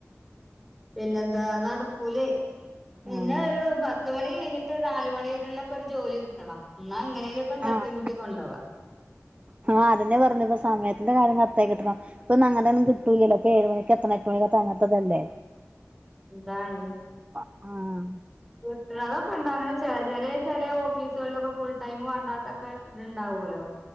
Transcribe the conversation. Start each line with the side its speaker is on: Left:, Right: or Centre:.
Centre: പിന്നെന്താ നടക്കൂലെ പിന്നെ
Right: ആഹ്
Centre: ഒരു പത്തുമണി കഴിഞ്ഞിട്ട് ട്ട് നാല് മണി വരെ യുള്ള ഒക്കെ ഒരു ജോലി കിട്ടണം എന്നാ എങ്ങനെലൊക്കെ തട്ടിമുട്ടി
Right: ആഹ്
Centre: കൊണ്ടോവാ
Right: ആ അതെന്നെ പറഞ്ഞ് സമയ അന്റെ കാര്യ കററ്റായി കിട്ടണം ഇപ്പൊന്നും അങ്ങനൊന്നും കിട്ടൂലല്ലോപ്പൊ ഏഴ് മണിക്ക് എത്തണം എട്ട്മണിക്ക് അങ്ങനത്തതല്ലേ
Centre: എന്താണ്
Right: ആഹ
Centre: കിട്ട്ണതൊക്കെണ്ട് അങ്ങെനെ ചെറിയ ചെറിയ ചെറിയ ഓഫീസുകളിലൊക്കെ ഫുൾ ടൈം- ഇണ്ടാത്തൊ <unintelligible> ക്കെ ഇത്ണ്ടാവോലോ